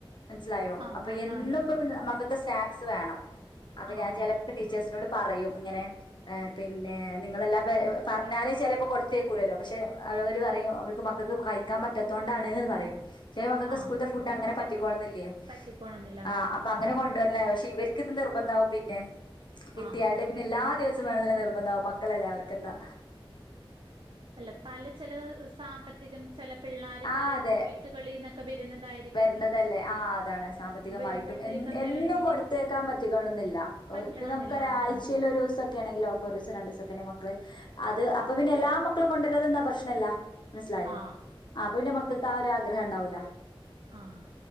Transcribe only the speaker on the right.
ആന്ന്
ആന്ന്
ആന്ന്
ആഹ്
ആഹ്
പറ്റിക്കോളന്നില്ല
ആന്ന്
ആഹ്
അല്ല പല ചില സാമ്പത്തികം ചില പിള്ളേർ
പല
വീട്ടുകളിൽ നിന്നൊക്കെ വരുന്നതായി
വരുമ്പോഴത്തേക്ക് അന്നേരം
കുഞ്ഞുങ്ങ
പറ്റണമെന്നില്ല
ആന്നാന്ന്
ആഹ്
ആഹ